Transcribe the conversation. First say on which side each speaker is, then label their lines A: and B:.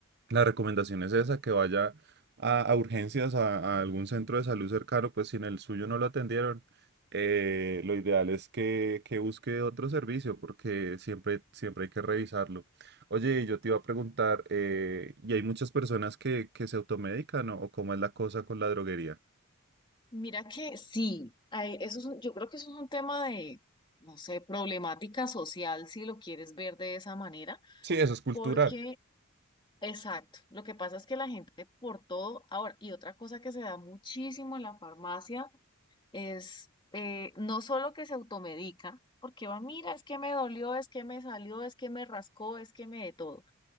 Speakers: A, on the right; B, on the left.
A: la recomendación es esa, que vaya a, a urgencias, a, a algún centro de salud cercano, pues si en el suyo no lo atendieron, eh, lo ideal es que, que busque otro servicio, porque siempre, siempre hay que revisarlo. Oye, yo te iba a preguntar, eh, ¿y hay muchas personas que, que se automedican o, o cómo es la cosa con la droguería?
B: Mira que sí, ay, eso es un- yo creo que eso es un tema de, no sé, problemática social, si lo quieres ver de esa manera,
A: Sí, eso es cultural.
B: porque Exacto. Lo que pasa es que la gente por todo, ahora, y otra cosa que se da muchísimo en la farmacia es eh, no solo que se automedica, porque va, mira, es que me dolió, es que me salió, es que me rascó, es que me de todo.